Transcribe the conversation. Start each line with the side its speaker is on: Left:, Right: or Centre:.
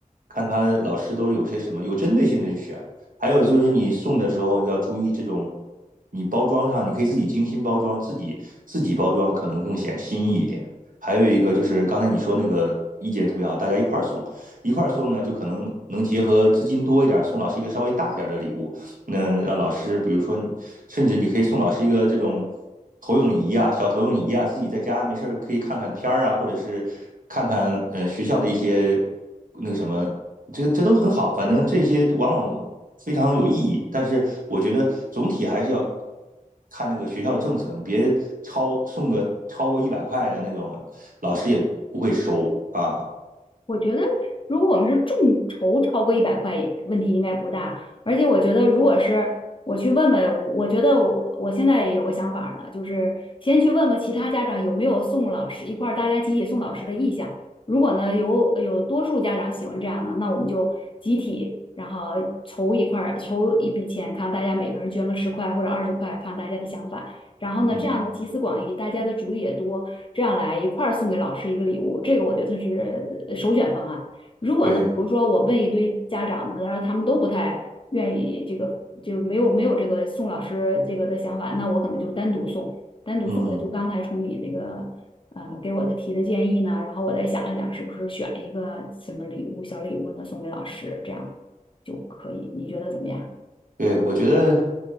Right: 看他老师都有些什么，有针对性的去选。还有就是你送的时候要注意这种，你包装上你可以自己精心包装，自己自己包装可能更显心意一点。还有一个就是刚才你说那个意见特别好，大家一块儿送，一块儿送呢，就可能能结合资金多一点送老师一个稍微大点的礼物，那让老师，比如说甚至你可以送老师一个这种投影仪啊，小投影仪啊，自己在家没事儿可以看看片儿啊，或者是看看呃学校的一些那个什么，这这都很好，反正这些往往非常有意义。但是我觉得总体还是要看那个学校的政策，你别超送个超过一百块的那种，老师也不会收啊。
Left: 我觉得，如果我们是众筹超过一百块，问题应该不大。而且我觉得，如果是我去问问，我觉得我我现在有个想法儿了，就是先去问问其他家长有没有送老师一块儿大家集体送老师的意向。如果呢有有多数家长喜欢这样的，那我们就集体然后筹一块儿筹一笔钱，看大家每个人捐个十块或者二十块，看大家的想法。然后呢，
Right: 嗯哼，
Left: 这样呢集思广益，大家的主意也多，这样来一块儿送给老师一个礼物，这个我觉得是呃首选方案。如果呢，
Right: 对
Left: 比如说我问一堆家长呢，然后他们都不太愿意这个，就没有没有这个送老师这个的想法，那我可能就单独送，单独送的就刚才从你那个呃给我的提的建议呢，
Right: 嗯，
Left: 然后我再想一想是不是选一个什么礼物小礼物呢送给老师，这样就可以，你觉得怎么样？
Right: 对，我觉得